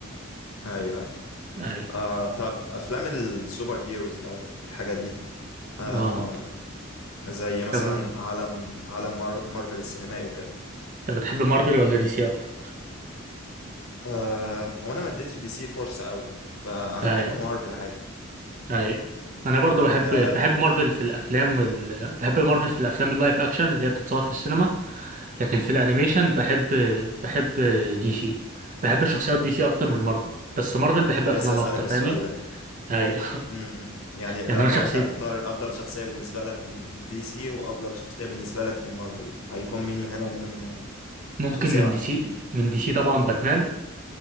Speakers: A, on the left (about 85°); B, on the right (about 40°).
A: ايوه ايوه
B: أي
A: آه طب افلام السوبر هيروز او الحاجات دي آه
B: اه
A: زي مثلا
B: طب
A: عالم عالم مار مارفل السينمائي وكده
B: طب بتحب مارفل ولا دي سي أكتر؟
A: آه وانا ما اديتش دي سي فرصة قوي فانا
B: أي
A: بحب مارفل عادي
B: أي أنا برضو بحب
A: انت
B: بحب مارفل في الأفلام وال... بحب مارفل في الأفلام اللايف أكشن اللي هي بتتصور في السينما لكن في الأنيميشن بحب بحب دي سي بحب شخصيات دي سي أكتر من مارفل بس مارفل بحب
A: كنت
B: أفلامها
A: لسه أسألك
B: أكتر فاهمني؟
A: السؤال ده
B: أي <laughs>
A: امم يعني لو,
B: يعني أنا
A: لو
B: شخصية
A: انت هتختار افضل شخصية بالنسبة لك من دي سي وافضل شخصية بالنسبة لك من مارفل هيكون مين من هنا ومين من هنا
B: ممكن
A: شخصية
B: من
A: واحدة
B: دي سي من دي سي طبعا باتمان